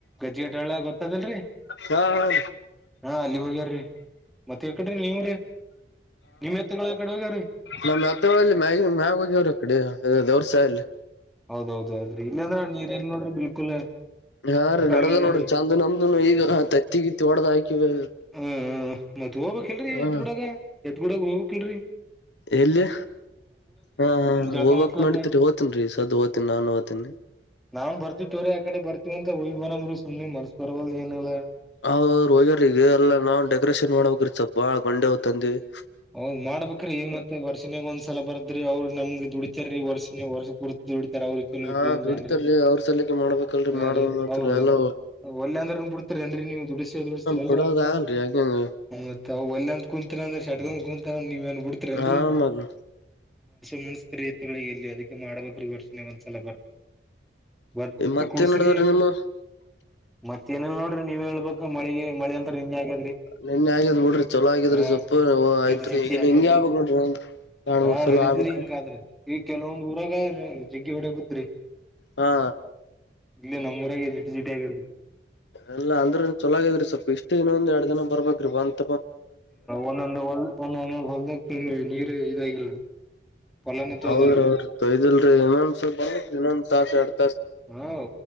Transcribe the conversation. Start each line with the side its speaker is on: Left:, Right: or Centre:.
Centre: ಜೇಟಳ ಗೊತ್ತದಲ್ರರಿ
Left: ಹಾ ಹಾ
Centre: ಹಾ ಅಲ್ಲಿ ಹೋಗ್ಯಾರಿ ಮತ್ತೆ ಯಕಡ್ರಿ ನೀವ್ರೀ ನಿಮ್ ಎತ್ತುಗಳ ಕಡೆ ಹೋಗ್ಯ್ರೀರಿ
Left: ನಮ್ಮ್ ಹತ್ತಲ್ಲಿ ಮ್ಯ ಮ್ಯಾಗ ಹೋಗ್ಯವರು ಕಡೆ ದೇವ್ರ ಸ ಅಲ್ಲಿ
Centre: ಹೌದೌದ್ೌ್ರಿ ಇಲ್ಲಾಂದ್ರ ನೀರ್ ಏನ್ ನೋಡ್ರಿ ಬಿಲ್ಕುಲ್
Left: ಹಾ ರೀ
Centre: ಕಮ್ಮಿ
Left: ನಡ್ದ
Centre: ಅದಾವ್ರಿ
Left: ನೋಡ್ರಿ ಚಾಂದ್ ನಮ್ದನು ಈಗ ತತ್ತಿಗಿತ್ತ ಹೊಡ್ದ ಹಾಕಿವವಿ
Centre: ಹ ಮತ್ ಹೋಗ್ಕ್ ಇಲ್ರರಿ
Left: ಹ
Centre: ಎತ್ ಗುಡಾಗ ಎತ್ ಗುಡಾಗ ಹೋಗ್ಕ್ಲ್ರರಿ
Left: ಎಲ್ಲಿ ಹಾ ಹಾ
Centre: ಜಳಕ ಮಾಡ್ಸ್ಲಕ
Left: ಹೋಗ್ಕ್ ಮಾಡತಿರಿ ಹೋ್ತನ್ರೀ ಸದ ಹೋಗ್ತೀನಿ ನಾನನ್ ಹೋಗ್ತೀನಿ
Centre: ನಾವ್ನ್ ಬರ್ತೀವಿ ತೋ್ರರಿ ಆ ಕಡೆ ಬರ್ತವ ಅಂತ ಹೋಗ್ ಬರಂಬ್ರ ಸು್ನೆ ಮನ್ಸ್ ಬರ್ವಲ್ದ ಏನಲ್ಲಾ
Left: ಅವರು ಒೋಗ್ಯಿಗೆ ಎಲ್ಲಾ ನಾವು ಡೆಕೋರೇಷನ್ ಮಾಡ್ಬೇಕಿರ್ತ ಬಾಳ ಗೊಂಡೆ ಹೋಗ್ ತಂದಿವವಿ
Centre: ಹೌದ್ ಮಾಡ್ಬೇಕಕ್್ರೀ ಮತ್ತೆ ವರ್ಷಿನಾಗ ಒಂದ್ಸಲ ಬರದ್ರಿ ಅವ್ರು ನಮ್ಗೆ ದುಡಿತಾರೀ ವರ್ಷಿನಗ್ ವರ್ಷ ಪೂರ್ತಿ ಅವ್ರ ಕಲಬಟ್ಟಿಲ್ಲಂದ್ರ
Left: ಹಾ ದುಡಿತಾರೀ
Centre: ಅಂಗ್ರೀ
Left: ಅವ್ರ ಸಲಕೆ ಮಾಡ್ಬೇಕಲ್ರರಿ
Centre: ಹ
Left: ಮಾಡದ
Centre: ರೀ
Left: ಮಾತ್ರ
Centre: ಅವರು
Left: ಎಲ್ಲ
Centre: ಒೆ ಅಂದ್ರನ್ ಬಿಡ್ತೀರಿ ಅ್ರೀ ನೀವು ದುಡಸ ದುಡತ
Left: ಕುಡ್ಯದಆಗಲ್ದು ಆಕಿಂದು
Centre: ಮತ್ತ ಒಲ್ ಅಂತ ಕುೂಂತೀರ ಅಂದ್ರೆ ಶಟ್ಗ ಕುೂಂತರ ನೀವ ಏನ್ ಬಿಡ್ತೀರಿನ್ರಿಸ
Left: ಹಾ ಮತ್
Centre: ಮು್ಸ್ಕರಿಯ ಎಲ್ಲಿ ಅದಕ್ಕೆ ಮಾಡ್ಬೇಕ್ರೀ ವರ್ಷನೆೆ ಒಂದ್ಸಲ ಬತ್ತ ಗತ್ತ
Left: ಮತ್ತೇನ್
Centre: ಕುಡ್ಸ್ರಿ
Left: ನಡದವ್ರಿ ನಿಮ್ಮವು
Centre: ಮತ್ತೇಏನ ನೋಡ ನೀವ್ ಹೇಳ್ಬೇಕ ಮಳಿ ಮಳ ಅಂತ ನಿಂ್ ಆಗ್ಯಾದ್ರಿ
Left: ನಿನ್ ಆಗಿದ್ ನ ಬಿಡ್ರಿ ಚೊಲೋ ಆಗಿದ್ರಿ
Centre: ಹಾ
Left: ಸ್ೊಪ ಆಯ್ತ್ರಿ
Centre: ಜಟಿ ಜಿಟಿ
Left: ಈಗ
Centre: ಆಗ್ಯಾದ್ರಿ
Left: ಹಂಗ ಯ ಆಬಬೇಕಕ್ ನೋಡ್ರಿ ಎರಡ್
Centre: ಹಾ
Left: ಮೂರ್ ಸಲ
Centre: ನಡಿದ್ರಿ
Left: ಆಗ್ಬೇಕ್ರಿ
Centre: ಹಿಂಗಾದ್ರೆ ಈಗ ಕೆಲವೊಂದ್ ಊರಾಗ ಜಗ್ಗಿ ಹೊಡಕತ್ರಿ
Left: ಹಾ
Centre: ಇಲ್ಲಿ ನಮ್ಮ್ೂಊಾಗ ಎಲಿಬಿಲಿಜಿಟಿ ಆಗದ್ರಿ
Left: ಅಲ್ಲ ಅಂದ್ರ ಚೊಲಾಗ ಇದ್ರಿ ಸ್ವಲ್ಪ ಇಷ್ಟ್ ಇನ್ನೊಂದ್ ಎರಡ್ ದಿನ ಬರ್ಬೇಕ್ರಿ ಬಂದ
Centre: ಒಂದೊಂದು್ ಹೊಲ್ ಒಂದೊಂದೊಂದ್ ಹೊಲ್ದಗ್ತ ನೀರು ಇದಾಗಿಲ್ರಿ ಹೊಲಾನ ತೊಯ್ದಿಲ್ರಿ
Left: ಅವ್ರ ಅವ್ರ ತಯ್ದಲ್ರಿ ಇನ್ನೊಂದ ಸ್ವಲ್ ಬ ಇನ್ನೊಂದ ತಾಸ ಆಡ್
Centre: ಹ